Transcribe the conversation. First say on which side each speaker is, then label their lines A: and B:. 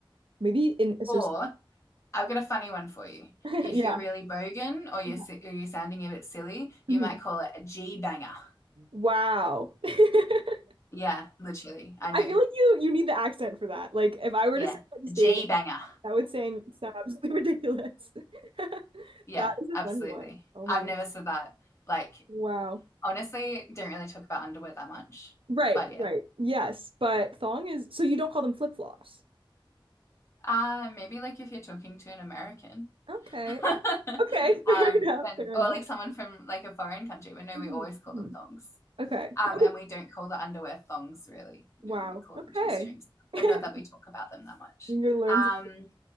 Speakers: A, on the right (about 75°); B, on the left (about 30°).
A: maybe in associate.
B: Or I've got a funny one for you.
A: <laughs>
B: If
A: Yeah.
B: you're really bogan or you're
A: Yeah.
B: si- or you're sounding a bit silly,
A: Mhm.
B: you might call it a G banger.
A: Wow. <laughs> I
B: Yeah, literally. I know.
A: feel like you you need the accent for that. Like, if I were
B: Yeah,
A: to say that just
B: G
A: day to day,
B: banger.
A: that would saying sound absolutely <laughs> ridiculous. <laughs>
B: Yeah,
A: That is
B: absolutely.
A: a funny one. Oh
B: I've
A: my goodness.
B: never said that. Like
A: Wow.
B: honestly, don't really talk about underwear that much.
A: Right,
B: But yeah.
A: right. Yes, but thong is so you don't call them flip-flops.
B: Uh maybe like if you're talking to an American.
A: Okay.
B: <laughs>
A: Okay, <laughs>
B: um,
A: fair enough,
B: when
A: fair
B: or
A: enough.
B: like someone from like a foreign country, but no,
A: Mhm,
B: we always call
A: mhm.
B: them thongs.
A: Okay.
B: Um,
A: Okay.
B: and we don't call the underwear thongs really. No,
A: Wow.
B: we call
A: Okay.
B: them g strings,
A: <laughs>
B: but not that we talk about them that much.
A: You're learning.
B: Um,